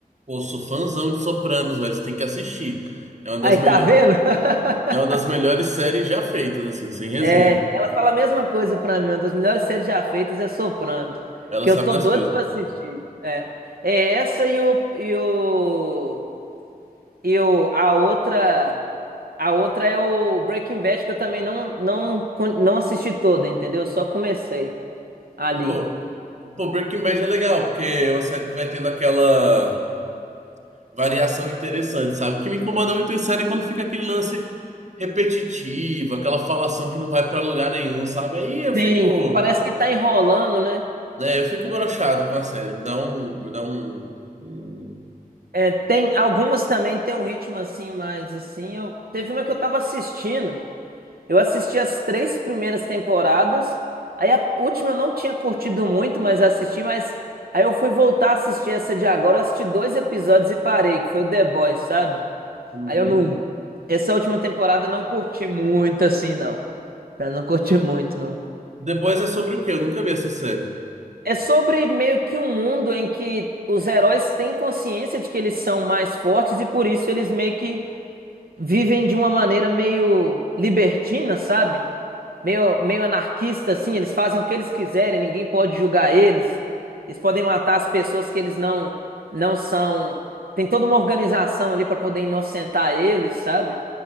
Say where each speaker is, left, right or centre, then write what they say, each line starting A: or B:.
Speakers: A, on the right (about 50°); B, on the right (about 75°).
A: Pô, eu sou fãzão de Sopranos, velho. Você tem que assistir. É uma das
B: Aí,
A: melhores,
B: tá vendo? <laughs>
A: é uma das melhores séries já feitas, assim, sem resenha.
B: É, ela fala a mesma coisa pra mim. Uma das melhores séries já feitas é Soprano,
A: Ela
B: que
A: sabe
B: eu tô
A: das
B: doido
A: coisas.
B: pra assistir. É, é essa e o e o e o a outra a outra é o Breaking Bad que eu também não não con- não assisti toda, entendeu? Eu só comecei ali.
A: Pô, pô, Breaking Bad é legal, porque é uma série que vai tendo aquela. variação interessante, sabe? O que me incomoda muito em série é quando fica aquele lance repetitivo, aquela falação que não vai pra lugar nenhum, sabe? Aí eu fico,
B: Sim, co- parece que tá enrolando, né?
A: né, eu fico broxado com a série, me dá um, me dá um, um-
B: É, tem algumas também tem um ritmo assim mais assim. Eu teve uma que eu tava assistindo. Eu assisti as três primeiras temporadas. Aí a última eu não tinha curtido muito, mas assisti, mas aí eu fui voltar a assistir essa de agora. Eu assisti dois episódios e parei, que foi o The Boys, sabe?
A: um,
B: Aí
A: uhum.
B: eu não. Essa última temporada eu não curti muito assim, não. Eu não curti muito, não.
A: The Boys é sobre o quê? Eu nunca vi essa série.
B: É sobre meio que um mundo em que os heróis têm consciência de que eles são mais fortes e por isso eles meio que vivem de uma maneira meio libertina, sabe? Meio, meio anarquista, assim. Eles fazem o que eles quiserem, ninguém pode julgar eles. Eles podem matar as pessoas que eles não, não são. Tem toda uma organização ali para poder inocentar eles, sabe?